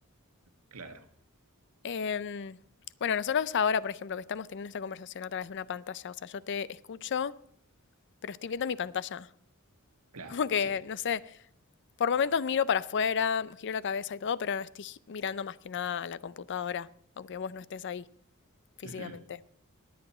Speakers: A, on the right; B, on the left.
A: Claro,
B: Em, bueno, nosotros ahora, por ejemplo, que estamos teniendo esta conversación a través de una pantalla, o sea, yo te escucho, pero estoy viendo mi pantalla. <laughs>
A: claro,
B: Como que,
A: sí.
B: no sé, por momentos miro para afuera, giro la cabeza y todo, pero no estoy gi- mirando más que nada a la computadora, aunque vos no estés ahí físicamente.
A: Ujú,